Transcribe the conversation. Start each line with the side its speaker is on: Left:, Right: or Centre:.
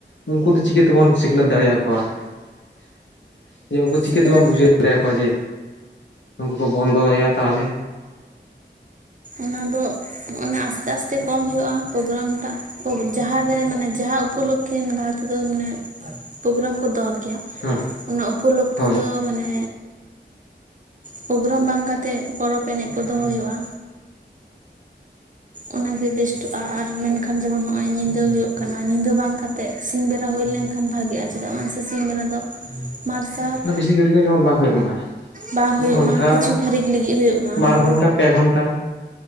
Left: ᱩᱱᱠᱩ ᱫᱚ ᱪᱤᱠᱟᱹ ᱛᱮᱵᱚᱱ ᱥᱤᱠᱷᱱᱟᱹᱛ ᱫᱟᱲᱮᱭᱟᱠᱚᱣᱟ? <unintelligible> ᱡᱮ ᱩᱱᱠᱩ ᱪᱤᱠᱟᱹ
Right: ᱥᱤᱠᱷᱱᱟᱹᱛ
Left: ᱛᱮᱵᱚᱱ ᱵᱩᱡᱷᱟᱹᱣ ᱫᱟᱲᱮᱭᱟᱠᱚᱣᱟ ᱡᱮ ᱩᱱᱠᱩ ᱠᱚ ᱵᱚᱱᱫᱚᱭᱟ ᱛᱟᱦᱚᱞᱮ᱾
Right: ᱚᱱᱟ ᱫᱚ ᱚᱱᱮ ᱟᱥᱛᱮ ᱟᱥᱛᱮ ᱠᱚᱢ ᱦᱩᱭᱩᱜᱼᱟ ᱴ, ᱯᱨᱳᱜᱨᱟᱢ ᱴᱟᱜ ᱡᱟᱦᱟᱸ ᱨᱮ ᱢᱟᱱᱮ ᱡᱟᱦᱟᱸ ᱩᱯᱚᱞᱚᱠᱚ <unintelligible> ᱞᱟᱦᱟ ᱛᱮᱫᱚ ᱢᱟᱱᱮ ᱯᱨᱳᱜᱨᱟᱢ ᱠᱚ ᱫᱚᱦᱚ ᱠᱮᱭᱟ,
Left: ᱦᱳᱭ
Right: ᱚᱱᱟ ᱩᱯᱚᱞᱚᱠᱠᱷᱮ
Left: ᱦᱳᱭ
Right: ᱫᱚ ᱢᱟᱱᱮ ᱯᱨᱳᱜᱨᱟᱢ ᱵᱟᱝ ᱠᱟᱛᱮᱫ ᱯᱚᱨᱚᱵᱽ ᱮᱱᱮᱡ ᱠᱚ ᱫᱚᱦᱚ ᱦᱩᱭᱩᱜᱼᱟ᱾ ᱚᱱᱟᱜ ᱜᱮ ᱵᱮᱥᱴᱚᱜᱼᱟ ᱟᱨ ᱢᱮᱱᱠᱷᱟᱱ ᱡᱮᱢᱚᱱ ᱱᱚᱜᱼᱚᱭ ᱧᱤᱫᱟᱹ ᱦᱩᱭᱩᱜ ᱠᱟᱱᱟ ᱧᱤᱫᱟᱹ ᱵᱟᱝ ᱠᱟᱛᱮᱜ, ᱥᱤᱝ ᱵᱮᱲᱟ ᱦᱩᱭ ᱞᱮᱱᱠᱷᱟᱱ ᱵᱷᱟᱜᱤᱮᱜᱼᱟ, ᱪᱮᱫᱟᱜ ᱵᱟᱝ ᱥᱮ ᱥᱤᱧ ᱵᱮᱲᱟ ᱫᱚ ᱢᱟᱨᱥᱟᱞ
Left: ᱰᱤ ᱜᱷᱟᱹᱲᱤ ᱦᱚ ᱡᱮᱢᱚᱱ ᱵᱟᱝ ᱦᱩᱭᱩᱜ ᱢᱟ᱾
Right: ᱵᱟᱝ ᱦᱩᱭᱩᱜ
Left: ᱜᱷᱚᱱᱴᱟ
Right: ᱢᱟ ᱠᱤᱪᱷᱩ ᱜᱷᱟᱹᱲᱤᱪ ᱞᱟᱹᱜᱤᱫ ᱦᱩᱭᱩᱜ ᱢᱟᱦᱮᱸ᱾
Left: ᱵᱟᱨ ᱜᱷᱚᱱᱴᱟ ᱯᱮ ᱜᱷᱚᱱᱴᱟ